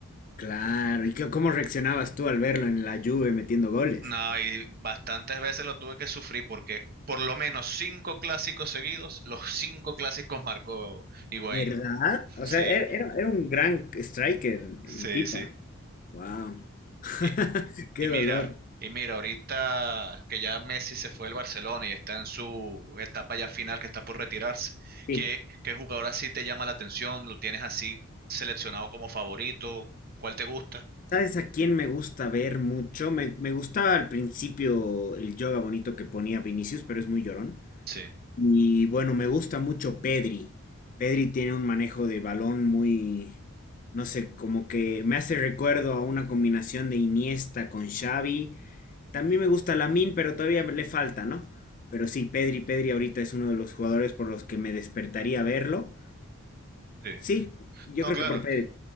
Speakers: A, on the left; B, on the right.
A: claro. ¿Y qué- cómo reaccionabas tú al verlo en la Juve metiendo goles?
B: No, y bastantes veces lo tuve que sufrir porque por lo menos cinco clásicos seguidos, los cinco clásicos marcó Higuaín.
A: ¿Verdad? O
B: Sí,
A: sea, era, era- era un gran striker, el
B: sí,
A: Pipa.
B: sí.
A: Wow. <laughs>
B: Y,
A: Qué
B: Y mira,
A: dolor.
B: y mira, ahorita que ya Messi se fue del Barcelona y está en su etapa ya final, que está por retirarse,
A: Sí.
B: ¿qué, qué jugador así te llama la atención? ¿Lo tienes así seleccionado como favorito? ¿Cuál te gusta?
A: ¿Sabes a quién me gusta ver mucho? Me, me gustaba al principio el yoga bonito que ponía Vinicius, pero es muy llorón.
B: Sí,
A: Y bueno, me gusta mucho Pedri. Pedri tiene un manejo de balón muy, no sé, como que me hace recuerdo a una combinación de Iniesta con Xavi. También me gusta Lamine, pero todavía le falta, ¿no? Pero sí, Pedri, Pedri ahorita es uno de los jugadores por los que me despertaría verlo.
B: sí.
A: Sí, yo
B: No,
A: creo
B: claro.
A: que por Pedri.